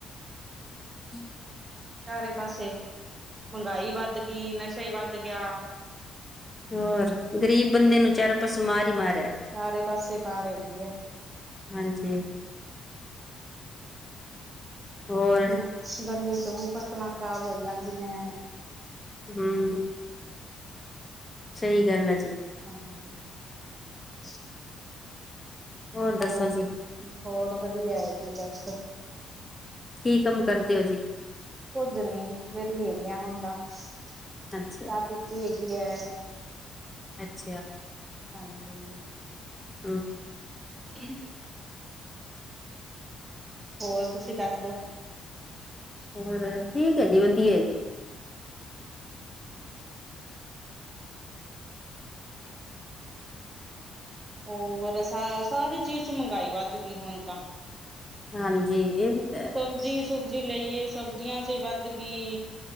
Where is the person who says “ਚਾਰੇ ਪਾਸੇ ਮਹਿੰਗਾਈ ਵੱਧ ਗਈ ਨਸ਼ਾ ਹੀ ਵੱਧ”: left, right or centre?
Right